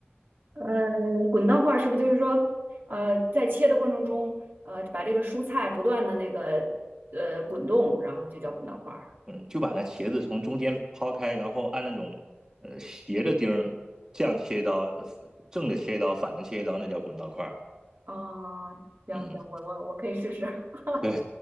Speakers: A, on the right (about 55°); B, on the right (about 15°).
A: 呃，滚刀块儿是不是就是说，呃，在切的过程中，呃，把这个蔬菜不断的那个呃滚动，然后就叫滚刀块儿。
B: 嗯，就把那茄子从中间抛开，然后按那种呃斜着钉儿这样切一刀，呃正着切一刀，反着切一刀，那叫滚刀块儿。
A: 哦，行行，
B: 嗯，
A: 我我我可以试试。<laughs>
B: 对，